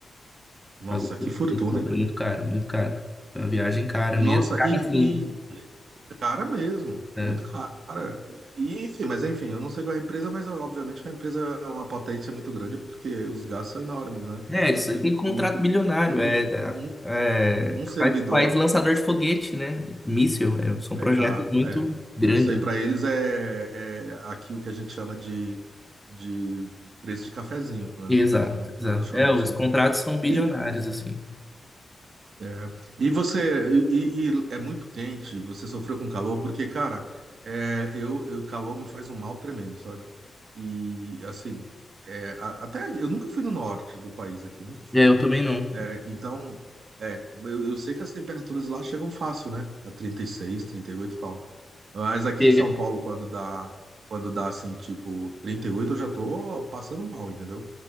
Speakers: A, on the right (about 75°); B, in the centre.
A: Nossa,
B: Pagou-
A: que fortuna,
B: Foi
A: hein?
B: muito caro, muito caro. cara. Foi uma viagem cara
A: Nossa,
B: mesmo. Cara,
A: e,
B: assim.
A: e cara mesmo, muito
B: É, é.
A: cara. E, enfim, mas enfim, eu não sei qual é a empresa, mas é, obviamente que a empresa é uma potência muito grande, porque os gastos são enormes, né?
B: É, isso
A: Você,
B: aí tem contrato
A: o único,
B: bilionário.
A: um,
B: É,
A: um-
B: da-
A: um,
B: é, que
A: um servidor,
B: faz, faz lançador de foguete, né? Míssil. é, são projetos
A: é, a-
B: muito
A: é,
B: grandes.
A: isso aí para eles é, é aqui o que a gente chama de, de preço de cafezinho, né,
B: Exato,
A: no- na
B: exato.
A: lanchonete,
B: É, os
A: né?
B: contratos são bilionários,
A: E,
B: assim.
A: é, e você, e, e é muito quente, você sofreu com calor, porque, cara, é, eu, eu, calor me faz um mal tremendo, sabe? E, assim, é, a- até eu nunca fui no norte do país aqui, nunca fui.
B: É, eu também não.
A: É, então, é, eu, eu sei que as temperaturas lá chegam fácil, né? A 36, 38 e oito e tal. Mas aqui
B: Pega-
A: em São Paulo, quando dá, quando dá assim, tipo 38 eu já tô passando mal, entendeu?